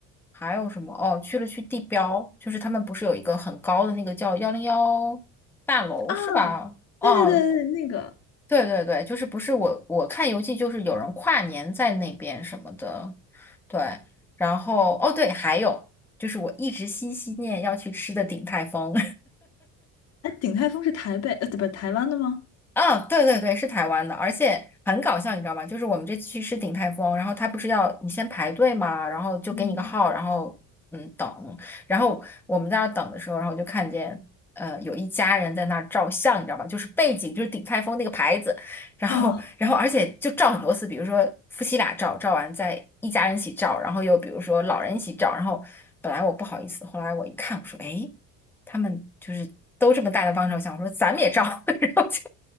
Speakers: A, in the centre; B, on the left.
A: 还有什么？哦，去了去地标，就是他们不是有一个很高的那个叫幺零幺大楼是吧？
B: 哦啊，
A: 哦，
B: 对对对对，那个，
A: 对对对，就是不是我我看游记就是有人跨年在那边什么的，对，然后哦对，还有就是我一直心心念要去吃的鼎泰丰。
B: 哎，鼎泰丰是台北，呃，不，台湾的吗？
A: 啊，对对对，是台湾的，而且很搞笑，你知道吗？就是我们这次去吃鼎泰丰，然后他不是要你先排队嘛，然后就给你个号，
B: 嗯，
A: 然后嗯等，然后我们在那儿等的时候，然后我就看见呃有一家人在那儿照相，你知道吗？就是背景就是鼎泰丰那个牌子，然后然后而且就照很多次，
B: 啊，
A: 比如说夫妻俩照，照完再一家人一起照，然后又比如说老人一起照，然后本来我不好意思，后来我一看，我说哎。诶他们就是都这么大的帮手，想说咱们也照，<laughs> 然后就